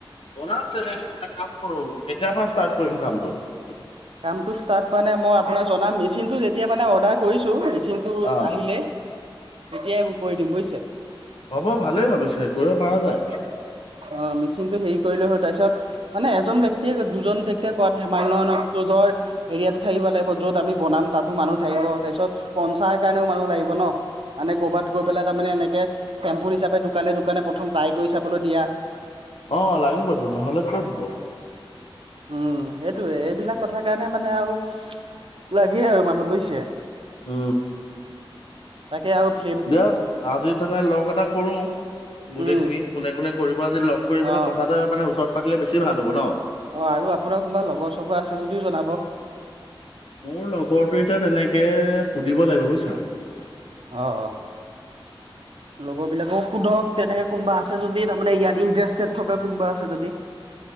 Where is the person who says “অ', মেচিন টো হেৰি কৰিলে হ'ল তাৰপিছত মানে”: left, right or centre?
Right